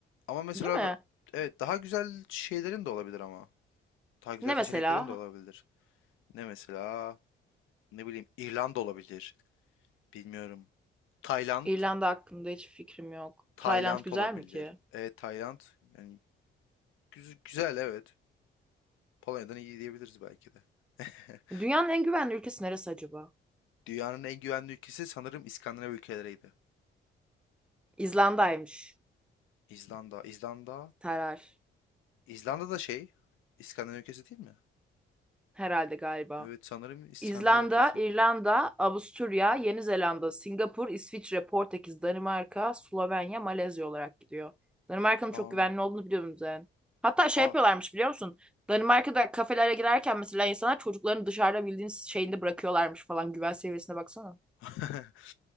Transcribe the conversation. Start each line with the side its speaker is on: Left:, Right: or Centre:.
Left: Ama mesela
Centre: Değil mi?
Left: bö- evet daha güzel şeylerin de olabilir ama. Daha güzel
Centre: Ne mesela?
Left: seçeneklerin de olabilir. Ne mesela? Ne bileyim İrlanda olabilir. Bilmiyorum. Tayland.
Centre: İrlanda hakkında hiç fikrim yok.
Left: Tayland
Centre: Tayland güzel
Left: olabilir.
Centre: mi ki?
Left: E, Tayland. Yani güz- güzel evet. Polonya'dan iyi diyebiliriz belki de. <laughs>
Centre: Dünyanın en güvenli ülkesi neresi acaba?
Left: Dünyanın en güvenli ülkesi sanırım İskandinav ülkeleriydi.
Centre: İzlanda'ymış.
Left: İzlanda. İzlanda.
Centre: Terar.
Left: İzlanda da şey. İskandinav ülkesi değil mi?
Centre: Herhalde galiba.
Left: Evet sanırım İskandinav
Centre: İzlanda,
Left: ülkesiydi.
Centre: İrlanda, Avusturya, Yeni Zelanda, Singapur, İsviçre, Portekiz, Danimarka, Slovenya, Malezya olarak gidiyor. Danimarka'nın
Left: Aa.
Centre: çok güvenli olduğunu biliyorum zaten. Hatta şey
Left: Aa.
Centre: yapıyorlarmış biliyor musun? Danimarka'da kafelere girerken mesela insanlar çocuklarını dışarıda bildiğiniz şeyinde bırakıyorlarmış falan. Güven seviyesine baksana.
Left: <laughs>